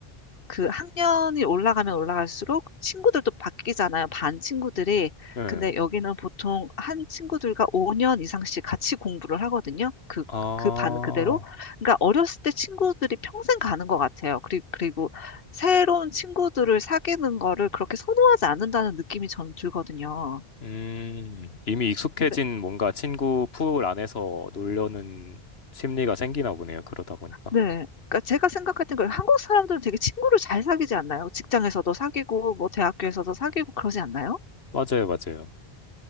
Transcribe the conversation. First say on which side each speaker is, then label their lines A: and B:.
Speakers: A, on the left; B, on the left.
A: 그 학년이 올라가면 올라갈수록 친구들도 바뀌잖아요. 반 친구들이.
B: 예.
A: 근데 여기는 보통 한 친구들과 5년 이상씩 같이 공부를 하거든요. 그,
B: 아,
A: 그 반 그대로. 그러니까 어렸을 때 친구들이 평생 가는 것 같아요. 그리고, 그리고 새로운 친구들을 사귀는 거를 그렇게 선호하지 않는다는 느낌이 저는 들거든요.
B: 음, 이미 익숙해진
A: 그래-
B: 뭔가 친구 풀 안에서 놀려는 심리가 생기나 보네요. 그러다 보니까.
A: 네. 네. 그러니까 제가 생각할 땐 그래요. 한국 사람들은 되게 친구를 잘 사귀지 않나요? 직장에서도 사귀고, 뭐 대학교에서도 사귀고 그러지 않나요?
B: 맞아요, 맞아요.